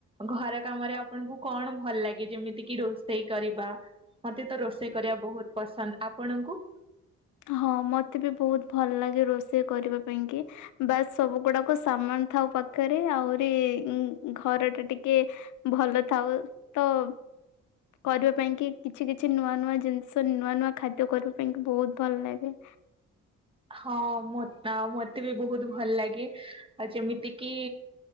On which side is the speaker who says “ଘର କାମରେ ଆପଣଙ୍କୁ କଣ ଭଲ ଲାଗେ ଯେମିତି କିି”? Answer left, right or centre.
Right